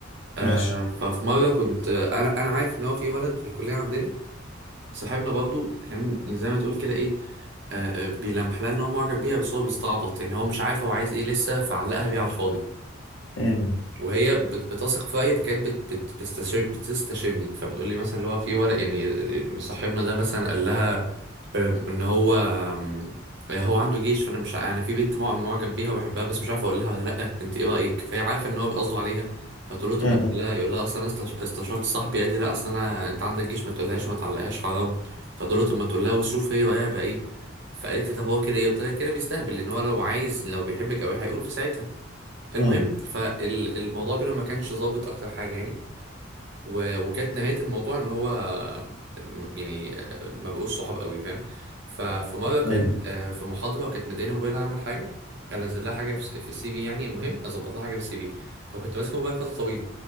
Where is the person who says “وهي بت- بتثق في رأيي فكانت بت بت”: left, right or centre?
Right